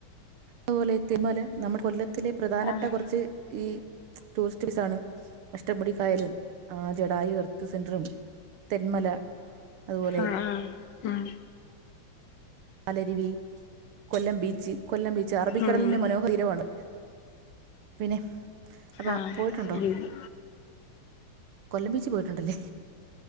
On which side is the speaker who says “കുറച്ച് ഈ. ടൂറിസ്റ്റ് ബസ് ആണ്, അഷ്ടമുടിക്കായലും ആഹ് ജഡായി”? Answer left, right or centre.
Right